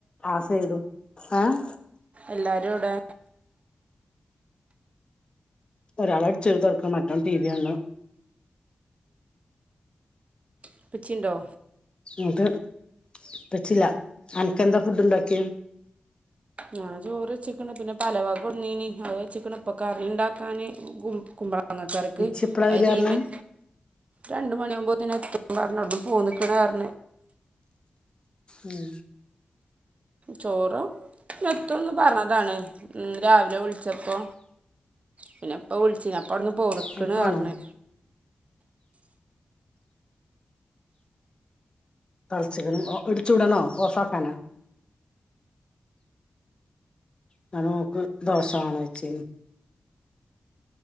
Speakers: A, on the left; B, on the right.
A: ആ സയിടും ഏഹ്
B: എല്ലാരും എവിടെ
A: ഒരാൾ അടിച്ചെരിത്തൊട്ക്കാ... മറ്റോൻ ടി വി കാണ് ണ്.
B: ഇപ്പച്ചിണ്ടോ?
A: ന്നട്ട്... ഇപ്പച്ചില്ല. അനക്കെന്താ ഫുഡ് ണ്ടാക്കിയേ?
B: ഞാൻ ചോറ് വച്ചക്കണ് പിന്നെ പലവാ കുന്നീന് അ വെച്ചക്കണ് ഇപ്പൊ കറിണ്ടാക്കാന് കുമ്പ മാങ്ങ കറിക്ക്
A: ഇച്ച് എപ്പളാ
B: അത്
A: വരാ
B: തീമേൽ
A: പറഞ്ഞെ
B: രണ്ട് മണിയാമ്പോത്തനെ <unintelligible> പോനിക്കണാറിഞ്ഞെ
A: ഉം
B: ചോറോ എത്തുംന്ന് പറഞ്ഞതാണ് രാവിലെ വിളിച്ചപ്പോ പിന്നെപ്പ വിളിച്ചപ്പ പ്പവിടുന്ന് പോന്നിക്ക്ണ്
A: അനക്ക് വേണോ
B: പറഞ്ഞ്
A: <unintelligible> വിടണോ ഓഫാക്കാനോ ഞാന് ഓക്ക് ദോഷവേണച്ചേന്